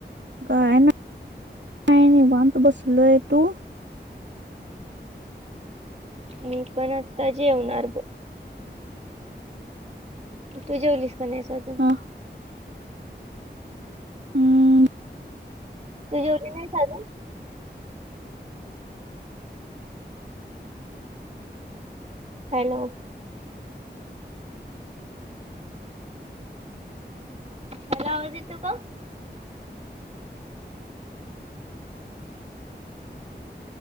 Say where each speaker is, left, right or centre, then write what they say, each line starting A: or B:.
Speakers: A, on the right; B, on the right.
A: काय नाही, निवांत बसलोय. तू?
B: मी परत जेवणार ब तू जेवलीस का नाहीस अजून?
A: हा हम्म
B: तू जेवली नाही का अजून? हॅलो! हॅलो! आवाज येतोय का?